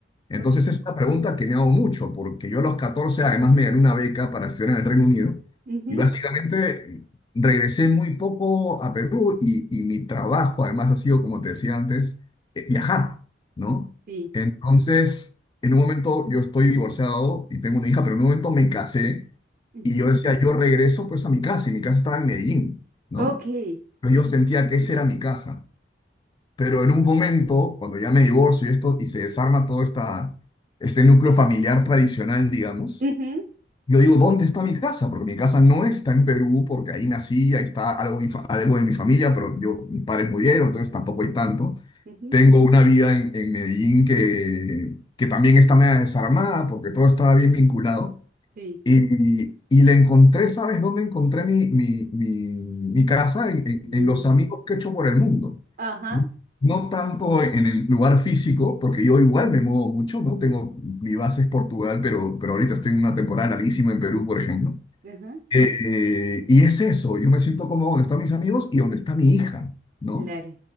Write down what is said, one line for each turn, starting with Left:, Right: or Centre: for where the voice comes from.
Left: Entonces,
Right: ok.
Left: es una pregunta que me hago mucho, porque yo a los 14 además me gané una beca para estudiar en el Reino Unido
Right: ujú,
Left: y básicamente regresé muy poco a Perú y, y mi trabajo además ha sido, como te decía antes, eh, viajar, ¿no?
Right: Sí.
Left: Entonces, en un momento yo estoy divorciado y tengo una hija, pero en un momento me casé
Right: ujú,
Left: y yo decía, yo regreso pues a mi casa y mi casa estaba en Medellín, ¿no?
Right: Ok.
Left: Pero yo
Right: ujú,
Left: sentía que esa era mi casa. Pero en un momento, cuando ya me divorcio y esto y se desarma todo esta, este núcleo familiar tradicional, digamos,
Right: ujú,
Left: yo digo, ¿dónde está mi casa? Porque mi casa no está en Perú, porque ahí nací, ahí está algo, de mi fa- algo de mi familia, pero yo, mis padres murieron, entonces tampoco hay tanto.
Right: ujú,
Left: Tengo una vida en, en Medellín que, que también está media desarmada porque todo estaba bien vinculado.
Right: Sí.
Left: Y, y le encontré, ¿sabes dónde encontré mi, mi, mi, mi casa? En, en-
Right: No.
Left: en los amigos que he hecho por el mundo.
Right: Ajá.
Left: No
Right: ujú,
Left: tanto en el lugar físico, porque yo igual me muevo mucho, ¿no? Tengo, mi base es Portugal, pero, pero ahorita estoy en una temporada larguísima en Perú, por ejemplo.
Right: Ajá.
Left: Eh, y es eso, yo me siento como donde están mis amigos y donde está mi hija, ¿no?
Right: Claro.